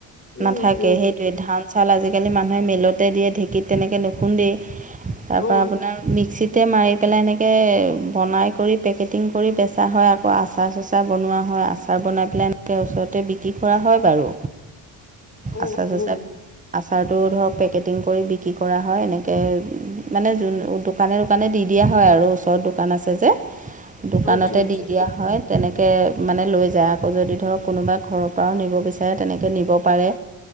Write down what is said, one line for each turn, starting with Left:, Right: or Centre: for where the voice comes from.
Left: উম,
Right: নাথাকেই
Left: উম,
Right: সেইটোৱে ধান চান আজি-কালি মানুহে মিলতে দিয়ে। ঢেঁকীত তেনেকৈ নুখুন্দেই, তাৰপৰা
Left: অ',
Right: আপোনাৰ মিক্সিত তে মাৰি পেলাই এনেকে বনাই কৰি পেকেটিং কৰি বেচা হয়। আকৌ আচাৰ-চাচাৰ বনোৱা হয়। আচাৰ বনাই পেলাই ওচৰতে বিক্ৰী কৰা হয় বাৰু।
Left: অ',
Right: আচাৰ চাচাৰ,
Left: অ'।
Right: আ চাৰটো ধৰক পেকেটিং কৰি বিক্ৰী কৰা হয়। এনেক মানে যোন দোকানে দোকানে দি দিয়া হয় আৰু ওচৰত দোকান আছে যে। দোকানতে
Left: সেইটোৱে সেইটোৱে
Right: দি দিয়া হয়। তেনেকে মানে লৈ যায়। আকৌ যদি ধৰক কোনোবা ঘৰৰ পৰাও নিব বিচাৰে তেনেকে নিব পাৰে।